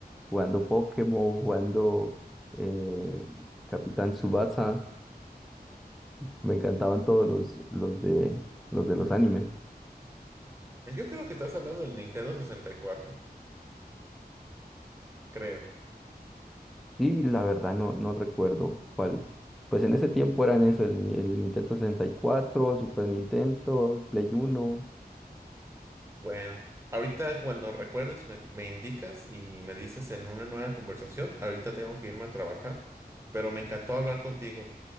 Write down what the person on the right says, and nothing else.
Yo creo que estás hablando del Nintendo sesenta y cuatro, creo.
Bueno, ahorita cuando recuerdes me, me indicas y me dices en una nueva conversación. Ahorita tengo que irme a trabajar, pero me encantó hablar contigo.